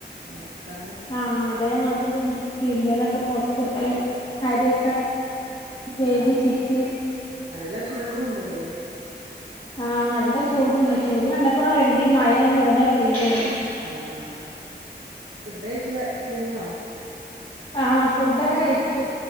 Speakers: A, on the right; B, on the left.
A: ഒണക്കാന്
B: ആഹ് അതേമാതിരിന്നെ തിരുമ്പിയേതൊക്കെ പൊറത്തിട്ട് അരിയൊക്കെ കെയ്കി
A: ആഹ്
B: ചിക്കി
A: നല്ല ചൂടുണ്ട് വെയില്
B: ആഹ് നല്ല ചൂടുണ്ട് ചൂട് കണ്ടപ്പം കെര്തി മഴ ഉടനെ പെയ്യുന്ന്
A: ആഹ് ആഹ് ഫുഡ് കഴ്‌ച്ച് ക കഴിഞ്ഞോ
B: ആഹ് ഫുഡൊക്കെ കഴിച്ചു